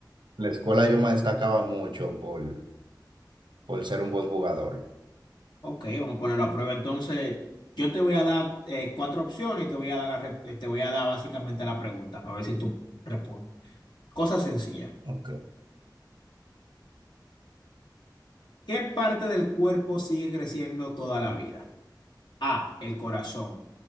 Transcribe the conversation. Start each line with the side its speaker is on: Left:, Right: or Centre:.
Right: en la escuela yo me destacaba mucho por, por ser un buen jugador.
Left: Ok, vamos a ponerlo a prueba. Entonces, yo te voy a dar eh, cuatro opciones y te voy a dar la re- eh, te voy a dar básicamente la pregunta para ver si tú respondes. Cosa sencilla.
Right: Ok.
Left: ¿Qué parte del cuerpo sigue creciendo toda la vida? A, el corazón.